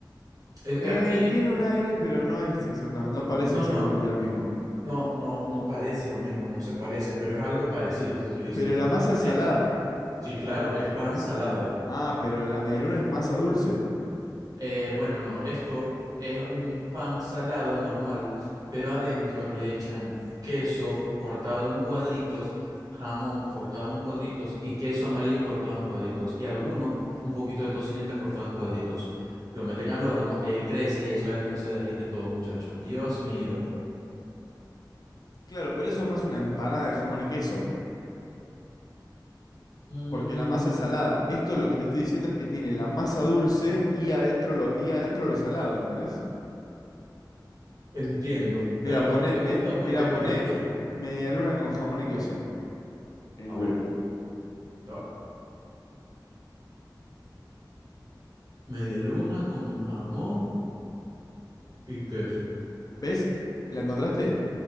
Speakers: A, on the right (about 50°); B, on the left (about 55°).
A: eh,
B: Eh,
A: eh, aquí,
B: tiene un aire, pero no es exactamente, no parece
A: no,
B: exactamente
A: no,
B: lo mismo.
A: no, no, no parece lo mismo, no se parece, pero es algo parecido, te estoy diciendo.
B: Pero la masa es
A: Eh,
B: salada.
A: sí, claro, es pan salado.
B: Ah, pero la medialuna es masa dulce.
A: Eh, bueno, no, esto es un pan salado normal, pero adentro le echan queso cortado en cuadritos, jamón cortado en cuadritos y queso amarillo cortado en cuadritos. Y alguno, un poquito de tocineta cortado en cuadritos. Lo meten al horno, él crece y eso adentro se derrite todo, muchacho. Dios mío.
B: Claro, pero eso es más una empanada de jamón y queso,
A: Mm,
B: porque la masa es salada. Esto lo que te estoy diciendo es que tiene la masa dulce y adentro lo, y adentro lo salado, ¿entendés?
A: entiendo,
B: Mira,
A: pero a
B: pone,
A: ti no te
B: me,
A: gusta
B: mira,
A: porque es
B: pone
A: agridulce.
B: medialuna con jamón y queso en
A: A
B: Google.
A: ver, ah, media luna con jamón y queso.
B: ¿Ves? ¿La encontraste?